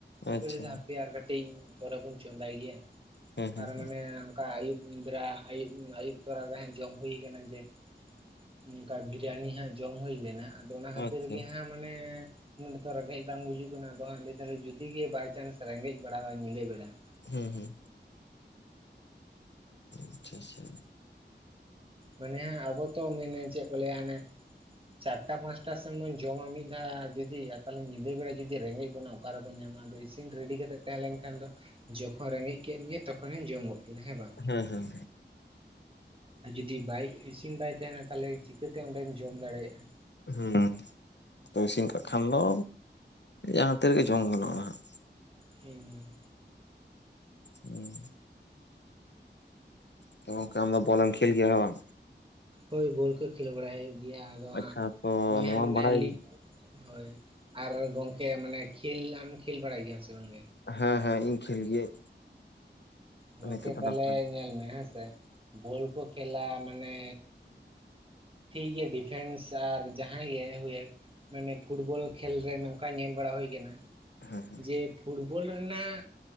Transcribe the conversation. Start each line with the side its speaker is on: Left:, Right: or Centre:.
Right: <unintelligible>
Left: ᱟᱪᱪᱷᱟ
Right: ᱫᱚ ᱦᱟᱯᱮ ᱟᱨ ᱠᱟᱹᱴᱤᱡ ᱯᱚᱨᱮ ᱵᱚᱱ ᱪᱚᱸᱫᱟᱭ ᱜᱮᱭᱟ ᱾
Left: ᱦᱮᱸ ᱦᱮᱸ
Right: ᱟᱨ
Left: ᱦᱮᱸ
Right: ᱢᱟᱱᱮ ᱚᱱᱠᱟ ᱟᱹᱭᱩᱵ ᱵᱮᱨᱟ ᱟᱹᱭᱩᱵ ᱟᱹᱭᱩᱵ ᱛᱚᱨᱟ ᱨᱮ ᱦᱮᱸ ᱡᱚᱢ ᱦᱩᱭ ᱠᱟᱱᱟ ᱡᱮ, ᱚᱝᱠᱟ ᱵᱤᱨᱭᱟᱱᱤ ᱦᱟᱸᱜ ᱡᱚᱢ ᱦᱩᱭ ᱞᱮᱱᱟ ᱟᱫᱚ ᱚᱱᱟ ᱠᱷᱟᱹᱛᱤᱨ
Left: ᱟᱪᱪᱷᱟ
Right: ᱜᱮ ᱦᱟᱸᱜ ᱢᱟᱱᱮ ᱱᱚᱰᱮ ᱛᱚ ᱨᱮᱸᱜᱮᱡ ᱵᱟᱝ ᱵᱩᱡᱩᱜ ᱠᱟᱱᱟ ᱟᱫᱚ ᱦᱟᱸ ᱞᱟᱹᱭ ᱫᱟᱞᱮ ᱡᱩᱫᱤ ᱜᱮ ᱵᱟᱭᱪᱟᱱᱥ ᱨᱮᱸᱜᱮᱡ ᱵᱟᱲᱟᱣᱟ ᱧᱤᱫᱟᱹ ᱵᱮᱲᱟ ᱾
Left: ᱦᱩᱸ ᱦᱩᱸ ᱟᱪᱪᱷᱟ ᱪᱷᱟ,
Right: ᱢᱟᱱᱮ ᱦᱟᱜ ᱟᱵᱚ ᱛᱚ ᱢᱮᱱᱮ ᱪᱮᱫ ᱠᱚ ᱞᱟᱹᱭᱟ ᱚᱱᱮ ᱪᱟᱨᱴᱟ ᱯᱟᱸᱪᱴᱟ ᱥᱮᱱ ᱵᱚᱱ ᱡᱚᱢᱟ ᱢᱤᱫ ᱫᱷᱟᱣ ᱡᱩᱫᱤ ᱛᱟᱦᱚᱞᱮ ᱧᱤᱫᱟᱹ ᱵᱮᱲᱟ ᱡᱩᱫᱤ ᱨᱮᱸᱜᱮᱡ ᱵᱚᱱᱟ ᱚᱠᱟ ᱨᱮᱵᱚᱱ ᱧᱟᱢᱟ, ᱟᱫᱚ ᱤᱥᱤᱱ ᱨᱮᱰᱤ ᱠᱟᱛᱮᱫ ᱛᱟᱦᱮᱸ ᱞᱮᱱᱠᱷᱟᱱ ᱫᱚ, ᱡᱚᱠᱷᱚᱱ ᱨᱮᱸᱜᱮᱡ ᱠᱮᱫ ᱢᱮᱭᱟ ᱛᱚᱠᱷᱚᱱᱮᱢ ᱡᱚᱢ ᱜᱚᱫ ᱠᱮᱫᱟ ᱦᱮᱸ ᱵᱟᱝ᱾
Left: ᱦᱮᱸ ᱦᱮᱸ
Right: ᱡᱩᱫᱤ ᱵᱟᱭ ᱤᱥᱤᱱ ᱵᱟᱭ ᱛᱟᱦᱮᱸᱱᱟ ᱛᱟᱦᱚᱞᱮ ᱪᱤᱠᱟᱹᱛᱮ ᱚᱸᱰᱮᱢ ᱡᱚᱢ ᱫᱟᱲᱮᱭᱟᱜᱼᱟ ᱾
Left: ᱦᱩᱸ, ᱤᱥᱤᱱ ᱠᱟᱜ ᱠᱷᱟᱱ ᱫᱚ ᱡᱟᱦᱟᱸ ᱛᱤᱨᱮᱜᱮ ᱡᱚᱢ ᱜᱟᱱᱚᱜᱼᱟ ᱦᱟᱸᱜ᱾
Right: ᱦᱩᱸ
Left: ᱦᱩᱸ ᱛᱚ ᱜᱚᱢᱠᱮ ᱟᱢᱫᱚ ᱵᱚᱞ ᱮᱢ ᱠᱷᱮᱞ ᱜᱮᱭᱟ ᱦᱮᱸ ᱵᱟᱝ?
Right: ᱦᱚᱭ, ᱵᱚᱞ ᱠᱚ ᱠᱷᱮᱞ ᱵᱟᱲᱟᱭ ᱦᱩᱭᱩᱜ ᱜᱮᱭᱟ ᱟᱫᱚ ᱦᱟᱸᱜ
Left: ᱟᱪᱪᱷᱟ ᱛᱚ
Right: ᱱᱚᱜᱼᱚᱭ
Left: ᱱᱚᱣᱟᱢ
Right: ᱦᱟᱜ ᱱᱚᱰᱮ
Left: ᱵᱟᱲᱟᱭ
Right: ᱞᱤᱜᱽ ᱦᱚᱭ ᱟᱨ ᱜᱚᱝᱠᱮ ᱢᱟᱱᱮ ᱠᱷᱮᱞ ᱟᱢ ᱠᱷᱮᱞ ᱵᱟᱲᱟᱭ ᱜᱮᱭᱟᱢ ᱥᱮ ᱵᱟᱝᱜᱮ?
Left: ᱦᱮᱸ ᱦᱮᱸ ᱤᱧ ᱠᱷᱮᱞ ᱜᱤᱭᱟᱹᱧ᱾
Right: ᱜᱚᱢᱠᱮ
Left: ᱱᱤᱛᱚᱜ ᱫᱚ
Right: ᱛᱟᱦᱞᱮ
Left: ᱱᱟᱜ
Right: ᱧᱮᱞ ᱢᱮ ᱦᱮᱸᱥᱮ ᱵᱚᱞ ᱠᱚ ᱠᱷᱮᱞᱟ ᱢᱟᱱᱮ ᱴᱷᱤᱠ ᱜᱮ ᱰᱤᱯᱷᱮᱱᱥ ᱟᱨ ᱡᱟᱦᱟᱸᱭ ᱜᱮ ᱦᱩᱭ ᱮᱱ, ᱢᱟᱱᱮ ᱯᱷᱩᱴᱵᱚᱞ ᱠᱷᱮᱞ ᱨᱮ ᱱᱚᱝᱠᱟ ᱧᱮᱞ ᱵᱟᱲᱟ ᱦᱩᱭ ᱟᱠᱟᱱᱟ,
Left: ᱦᱮᱸ
Right: ᱡᱮ ᱯᱷᱩᱴᱵᱚᱞ ᱨᱮᱱᱟᱜ